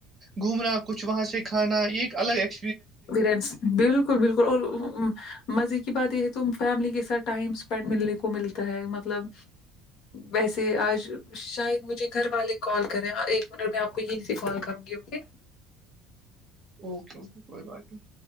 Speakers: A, on the right (about 25°); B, on the left (about 50°).
A: گھومنا کچھ وہاں سے کھانا یہ ایک الگ ایک
B: بکل بالکل بالکل اور مزے کی بات یہ ہے تم فیملی کے ساتھ ٹائم اسپینڈ ملنے کو ملتا تو ہے مطلب ویسے آج شاید مجھے گھر والے کال کرے ہیں ایک منٹ میں آپ کو یہی سے کال کروں گی اوکے
A: اوکے اوکے کوئی بات نہیں